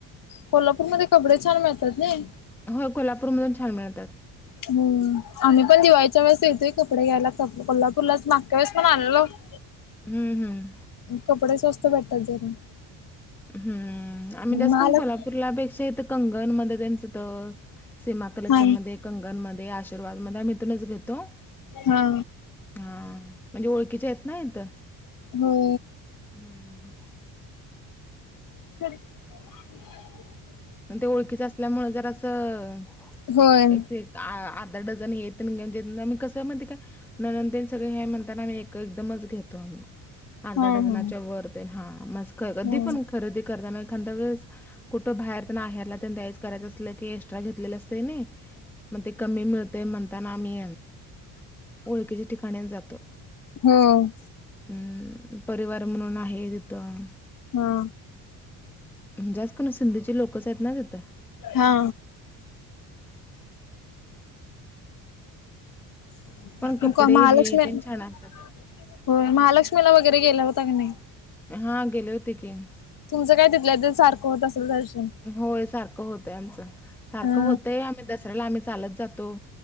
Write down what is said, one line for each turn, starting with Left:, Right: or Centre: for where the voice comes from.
Left: कोल्हापूरमध्ये कपडे छान मिळतात नाय.
Centre: हो कोल्हापूरमधून छान मिळतात.
Left: हम आम्ही पण दिवाळीच्या वेळेस येतोय कपडे घ्यायला कोल्हापूरलाच मागच्या वेळेस पण आलेलो होत
Centre: हम्म हम्म.
Left: कपडे स्वस्त भेटतात जरा
Centre: हम्म आम्ही
Left: महालक्
Centre: जास करून कोल्हापूरलापेक्षा इथ कंगण मध्ये त्यांचं त सीमा कलेक्शन
Left: हा
Centre: मध्ये कंगण मध्ये आशीर्वाद मध्ये आम्ही इथूनच घेतो
Left: हा.
Centre: हा म्हणजे ओळखीच्या आहेत ना इथं.
Left: हो.
Centre: हम्म.
Left: <unintelligible>
Centre: मग ते ओळखीच असल्यामुळे जर असं
Left: होय
Centre: एक वी आ अर्धा डझन हे घेऊ आम्ही कसं म्हणते काय ननन सगळे हे म्हणताना आम्ही एक एकदमच घेतो आम्ही अर्धा
Left: हा
Centre: डझनाच्या
Left: हा
Centre: वर ते हा मसक कधी
Left: ह
Centre: पण खरेदी करताना एखाद्या वेळेस कुठे बाहेर त्यां आहे हरला त्यां द्यायच करायचं असलं की एक्स्ट्रा घेतलेलं असते ना मग ते कमी मिळ ते म्हणताना आम्ही ओळखीच्या ठिकाणी जातो.
Left: हम्म.
Centre: हम्म परिवार म्हणून आहे तिथं.
Left: हा
Centre: जास कोण सिंधीची लोकच आहेत ना तिथं.
Left: हा. <unintelligible>
Centre: पण कपडे
Left: महालक्ष्मी
Centre: हे तेन
Left: होय
Centre: छान असतात
Left: महालक्ष्मीला वगैरे गेला होता की नाही.
Centre: हा गेले होते की.
Left: तुमचं काय तिथल्या तर सारखं होत असल दर्शन-
Centre: होय सारखं होतय आमचं सारखं
Left: अ
Centre: होतंय आम्ही दसऱ्याला आम्ही चालत जातो.